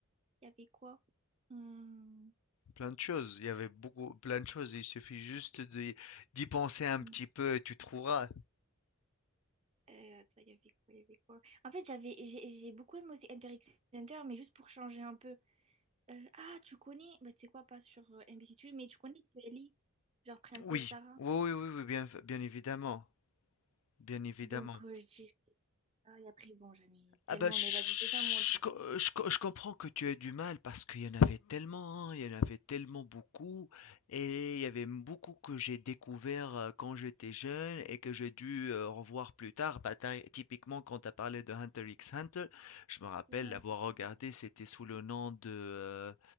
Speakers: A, on the right; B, on the left.
A: Il y avait quoi? Hmm,
B: Plein de choses. Il y avait beaucoup, plein de choses. Il suffit juste de- d'y penser un
A: hmm.
B: petit peu et tu trouveras.
A: Euh, attends, il y avait quoi, il y avait quoi? En fait, j'avais, j'ai j'ai beaucoup aimé aussi Interact Center, mais juste pour changer un peu. Euh, ah, tu connais, bah, tu sais quoi, pas sur euh, NBC Tunes, mais tu connais Sally, genre Princesse
B: Oui,
A: Sarah.
B: oui, oui, oui, oui, bien, bien évidemment, bien évidemment.
A: Donc, euh, je dirais ça, et après, bon, j'en ai tellement,
B: Ah bah, je,
A: mais
B: je-
A: vas-y, c'est ça mon top.
B: je je co- je comprends que tu aies du mal parce qu'il y en avait tellement, hein, il y en avait tellement beaucoup et il y avait beaucoup que j'ai découvert euh, quand j'étais jeune et que j'ai dû euh, revoir plus tard. Bah, t'as- typiquement, quand tu as parlé de Hunter x Hunter, je me rappelle
A: Ouais,
B: l'avoir regardé, c'était sous le nom de... euh,